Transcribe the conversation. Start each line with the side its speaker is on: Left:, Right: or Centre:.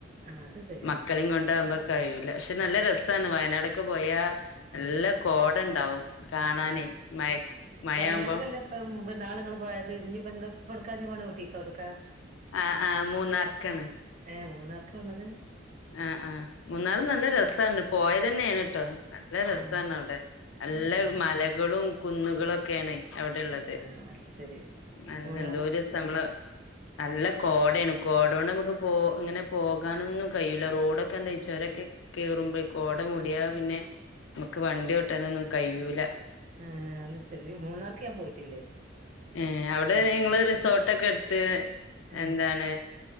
Right: ആഹ് അത് ശരിയാണ്
Left: മക്കളേം കൊണ്ടാവുമ്പോ
Right: ഉം
Left: കഴിയ്യൂല പക്ഷെ നല്ല രസാണ് വയനാടൊക്കെ പോയാ നല്ല
Right: ഉം
Left: കോട ഇണ്ടാവും കാണാന്
Right: ഉം
Left: മയ മയാവുമ്പോ
Right: വയനാട്ട്ക്കല്ലേ മുമ്പ് ഇന്നാള് ഇങ്ങള് പോയത് ഇനി ഇപ്പ ഇന്ന് ഇപ്പെവ്ടക്കാ ഇനി പോണത് ഊട്ടീക്കോ എവ്ടക്കാ
Left: ആഹ് ആഹ് മൂന്നാർക്കാണ്
Right: ഏ മൂന്നാർക്ക വന്നത്
Left: ആഹ് ആഹ് മൂന്നാർ നല്ല രസാണ് പോയതന്നേ ആണ് ട്ടോ നല്ല രസാണ്
Right: ആഹ്
Left: അവ്ടെ നല്ല
Right: ആഹ്
Left: മലകളും കുന്നുകളും ഒക്കേണെ അവിടെള്ളത്
Right: ആഹ് അത് ശരി
Left: നല്ല
Right: മൂന്നാർക്ക്
Left: എന്തോ രസാ നമ്മള് നല്ല കോടയാണ് കോട കൊണ്ട് നമുക്ക് പോ ഇങ്ങനെ പോകാനൊന്നും കയ്യുല്ല റോഡൊക്കെ എന്താ ഈ ച്ചൊരൊക്കെ കേറുംമ്പെ കോട മൂടിയ
Right: ആഹ്
Left: പിന്നെ നമ്മക്ക് വണ്ടി ഓട്ടാനൊന്നും കയ്യൂല
Right: ആഹ് അത് ശരി മൂന്നാർക്ക് ഞാൻ പോയിട്ടില്ലേ
Left: ഏ അവിടെ
Right: ആഹ്
Left: നിങ്ങള് റിസോട്ടക്ക എടുത്ത്
Right: ആഹ്
Left: എന്താണ്